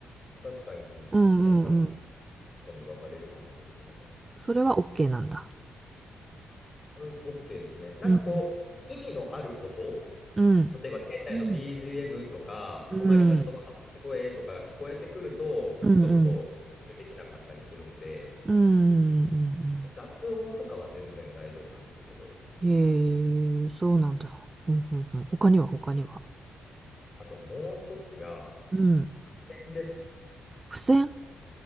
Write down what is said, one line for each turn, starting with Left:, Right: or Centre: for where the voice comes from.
Left: 確かになんか
Right: う、うんうんうん。
Left: 好み分かれるかもですね。
Right: それは OK なんだ。
Left: うん、OK ですね。なんかこう、
Right: うん、
Left: 意味のある音、
Right: うん、
Left: 例えば店内の
Right: うん、
Left: BGM とか、
Right: うん、
Left: 隣の人の話し声とかが聞こえてくると、
Right: うん、
Left: ちょっと集中できなかったりするんで、
Right: うん、うん、うん、
Left: 雑音とかは全然大丈夫なんですけど、
Right: うん。へえ、そうなんだ。うん、うん、うん。他には、他には。
Left: あともう一つが、
Right: うん。
Left: 付箋です。
Right: 付箋